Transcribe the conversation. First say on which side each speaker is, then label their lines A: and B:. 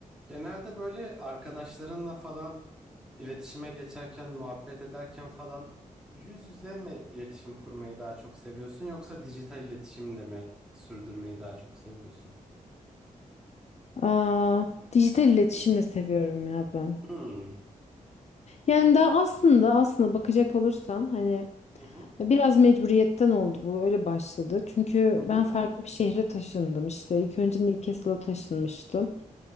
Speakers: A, in the centre; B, on the left.
A: Genelde böyle arkadaşlarınla falan iletişime geçerken, muhabbet ederken falan yüz yüze mi iletişim kurmayı daha çok seviyorsun yoksa dijital iletişimle mi sürdürmeyi daha çok seviyorsun?
B: Aa, dijital iletişimle seviyorum ya ben.
A: Hmm.
B: Yani daha aslında aslında bakacak olursan hani
A: Hı hı.
B: e, biraz mecburiyetten oldu bu öyle başladı. Çünkü
A: Hı hı.
B: ben farklı bir şehre taşındım işte İlk önce Newcastle'a taşınmıştım.